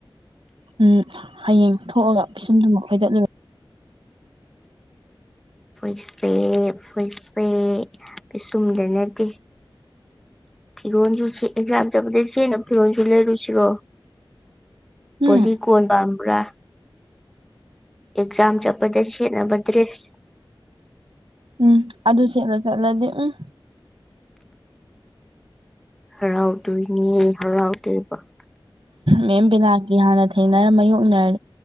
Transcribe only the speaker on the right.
ꯎꯝ ꯍꯌꯦꯡ ꯊꯣꯛꯑꯒ ꯄꯤꯁꯨꯝꯗꯨ ꯃꯈꯣꯏꯗ
ꯎꯝ
ꯎꯝ ꯑꯗꯨꯁꯦꯂ ꯆꯠꯂꯗꯤꯦ ꯎꯝ
ꯃꯦꯝ ꯕꯤꯅꯥꯀꯤ ꯍꯥꯟꯅ ꯊꯦꯡꯅꯔ ꯃꯥꯏꯌꯣꯛꯅꯔ